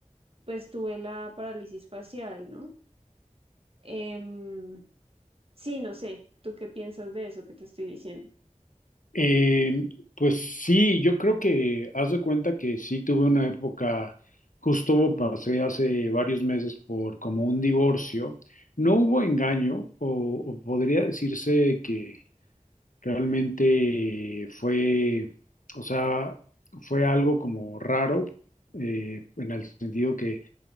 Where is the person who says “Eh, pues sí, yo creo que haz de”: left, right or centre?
Left